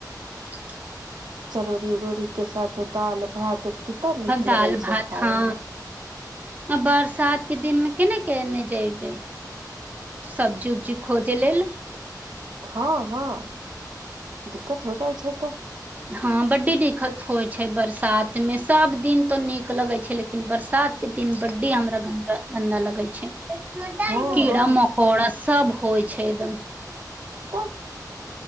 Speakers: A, on the right; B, on the right.
A: <inaudible>
B: चरौरी उरौरीके साथ दाल भात कितना निक
A: दाल
B: लगे
A: भात
B: छै खायमे।
A: हँ बरसात के दिनमे केना केने जेयबे। सब्जी उब्जी खोजै लेल।
B: हँ, हँ, दिक्कत हो जाइ छै। तऽ
A: हँ, बड्डी दिक्कत होइ छै, बरसात मे सभ दिन तो निक लगे छै, लेकिन बरसात। के दिन बड्डे हमरा गन्दा गन्दा लगे छै।
B: हँ
A: कीड़ा
B: हँ
A: मकोड़ा सभ होइ छै एकदम।
B: तऽ